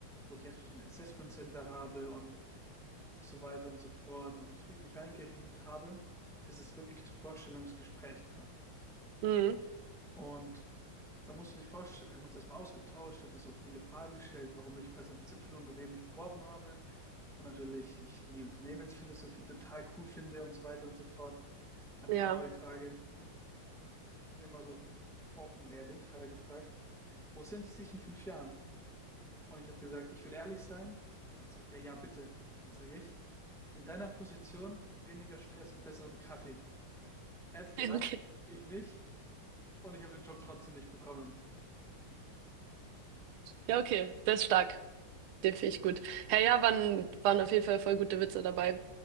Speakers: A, in the centre; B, on the right (about 80°).
A: wo ich erstmal so ein Assessment Center habe und so weiter und so fort und mich richtig reingehängt habe, bis es wirklich zum Vorstellungsgespräch kam.
B: Mhm.
A: Und da musst du dir vorstellen, wir haben uns erstmal ausgetauscht, ich habe mir so viele Fragen gestellt, warum ich bei so einem Zipfelunternehmen mich beworben habe und natürlich ich die Unternehmensphilosophie total cool finde und so weiter und so fort. Dann
B: Ja.
A: kam aber die Frage, ich bin immer so offen und ehrlich, hat er gefragt, wo sehen Sie sich in fünf Jahren? Und ich habe gesagt, ich will ehrlich sein. Dann sagt er, ja, bitte. Dann sage ich, in deiner Position mit weniger Stress und besserem Kaffee. Er hat gelacht,
B: <laughs> Ja, Okay.
A: ich nicht. Und ich habe den Job trotzdem nicht bekommen.
B: Ja, okay, das ist stark. Den finde ich gut. herr ja, waren, waren auf jeden Fall voll gute Witze dabei.